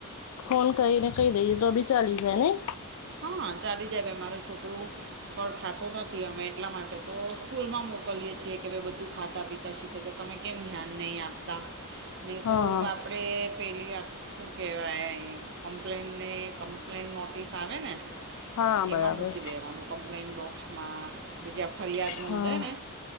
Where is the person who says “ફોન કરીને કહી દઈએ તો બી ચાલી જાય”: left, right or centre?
Left